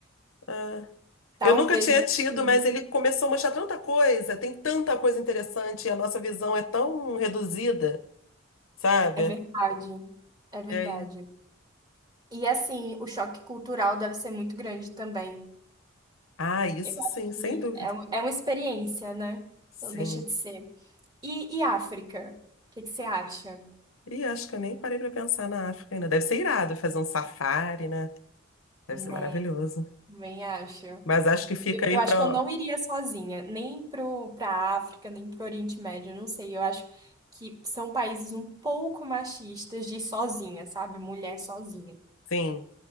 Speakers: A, on the left (about 85°); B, on the right (about 20°).
A: É.
B: Talvez,
A: Eu nunca tinha
B: mas
A: tido,
B: assim,
A: mas ele começou a mostrar tanta coisa, tem tanta coisa interessante, e a nossa visão é tão reduzida, sabe?
B: é verdade. É verdade.
A: E aí...
B: E assim, o choque cultural deve ser muito grande também.
A: Ah, isso
B: Eu
A: sim,
B: acho
A: sem
B: que
A: dúvida.
B: é, um- é uma experiência, né?
A: Sim.
B: Não deixa de ser. E, e África? O que que você acha?
A: E acho que eu nem parei pra pensar na África ainda. Deve ser irado fazer um safari, né? Deve
B: Né,
A: ser maravilhoso.
B: também acho.
A: Mas acho que fica
B: Eu,
A: aí
B: eu acho
A: pra.
B: que eu não iria sozinha, nem pro, pra África, nem pro Oriente Médio, eu não sei. Eu acho que são países um pouco machistas de ir sozinha, sabe? Mulher sozinha,
A: Sim.